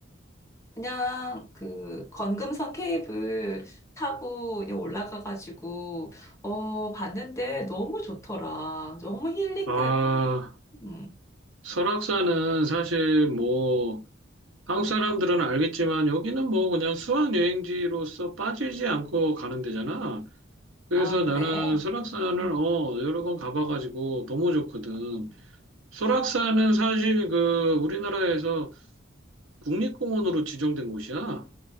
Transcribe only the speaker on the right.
아,
설악산은 사실 뭐, 한국 사람들은 알겠지만 여기는 뭐 그냥 수학여행지로서 빠지지 않고 가는 데잖아. 그래서
나는 설악산을
어, 여러 번 가봐가지고 너무 좋거든. 설악산은 사실 그 우리나라에서 국립공원으로 지정된 곳이야.